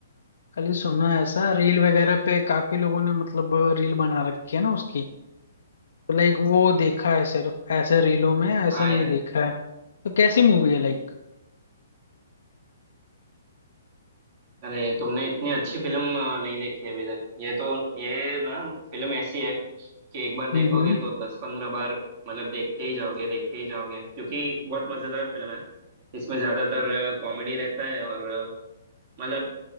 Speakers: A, on the left (about 65°); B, on the right (about 45°).
A: खाली सुना है ऐसा रील वगैरह पे काफी लोगों ने मतलब रील बना रखी है ना उसकी तो लाइक वो देखा है सिर्फ ऐसे रीलों में ऐसे
B: हाँ
A: नहीं
B: यार
A: देखा है तो कैसी मूवी है लाइक
B: अरे तुमने इतनी अच्छी फिल्म नहीं देखी अभी तक ये तो ये ना फिल्म ऐसी है कि एक बार देखोगे
A: हम्म
B: तो दस पंद्रह बार मतलब देखते ही जाओगे देखते ही जाओगे क्योंकि बहुत मजेदार फिल्म है इसमें ज्यादातर कॉमेडी रहता है और अ, मतलब